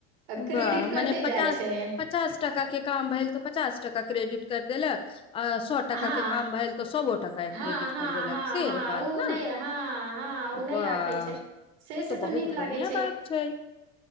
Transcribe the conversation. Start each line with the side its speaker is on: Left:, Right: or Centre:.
Right: क्रेडिट
Left: वाह
Right: करते
Left: मने पचास
Right: जाइ छै
Left: पचास टका के काम भेल तऽ पचास टका क्रेडिट कर देलक अ सौ टका
Right: हँ
Left: के काम भेल तऽ सौओ टका
Right: हँ
Left: क्रेडिट
Right: हँ
Left: कर देलक
Right: हँ
Left: से
Right: हँ
Left: बात
Right: ओ नहि
Left: न
Right: हँ हँ ओ नहि
Left: वाह
Right: राखै छै से
Left: ई
Right: से
Left: तो
Right: तऽ
Left: बहुत
Right: नीक
Left: बढ़िया
Right: लागै
Left: बात छै